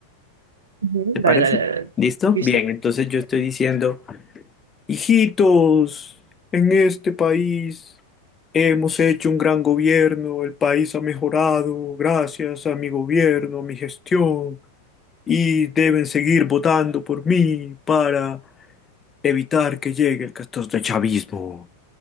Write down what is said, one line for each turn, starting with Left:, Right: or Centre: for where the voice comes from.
Right: Ujú,
Left: ¿Te
Right: Dale,
Left: parece?
Right: dale, dale. dale.
Left: ¿Listo?
Right: Listo.
Left: Bien, entonces yo estoy diciendo. Hijitos, en este país hemos hecho un gran gobierno, el país ha mejorado gracias a mi gobierno, a mi gestión, y deben seguir votando por mí para evitar que llegue el chavismo.